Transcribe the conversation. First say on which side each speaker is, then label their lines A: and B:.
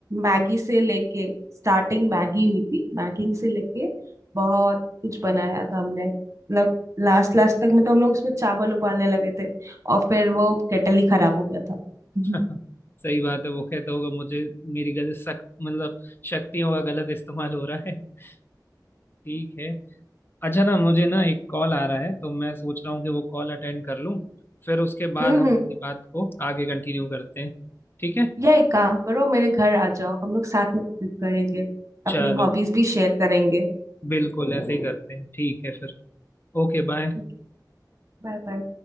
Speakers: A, on the right; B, on the left.
A: मैगी से लेके स्टार्टिंग मैगी हुई थी मैगी से लेके बहुत कुछ बनाया था हमने मतलब लास्ट लास्ट तक में तो हम लोग उसमें चावल उबालने लगे थे और फिर वो केटल ही खराब हो गया था
B: हम्म।
A: हम्म।
B: <laughs> सही बात है वो कहता होगा मुझे मेरी गलत सक मतलब शक्तियों का गलत इस्तेमाल हो रहा है <laughs> ठीक है अच्छा ना मुझे ना एक कॉल आ रहा है तो मैं सोच रहा हूँ कि वो कॉल अटेंड कर लूँ फिर उसके बाद
A: हम्म
B: हम
A: हम्म
B: अपनी बात को आगे कंटिन्यू करते हैं ठीक है
A: या एक काम करो मेरे घर आ जाओ हम लोग साथ में कुकिंग करेंगे
B: चलो
A: अपनी हॉबीज भी शेयर करेंगे
B: बिल्कुल ऐसे ही करते हैं ठीक है फिर Okay bye
A: ठीक है, Bye bye